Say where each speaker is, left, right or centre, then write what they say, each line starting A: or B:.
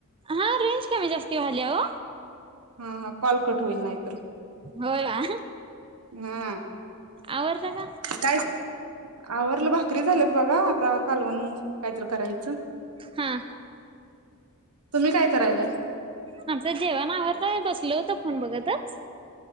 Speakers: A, on the right; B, on the right.
A: हा रेंज कमी जास्त व्हायलीया ओ
B: हा हा कॉल कट होईल नाहीतर
A: होय ना
B: हा
A: आवरल का?
B: काय आवरल, भाकरी झालेत बघा आता कालवण कायतर करायचं?
A: हा.
B: तुम्ही काय करायलाय?
A: आमचं जेवण, आवरतय बसलो होतो. फोन बघतच